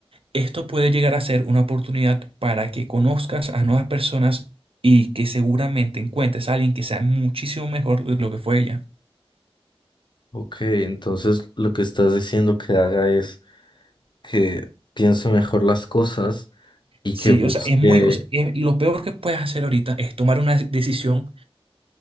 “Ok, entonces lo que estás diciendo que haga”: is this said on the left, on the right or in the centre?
Left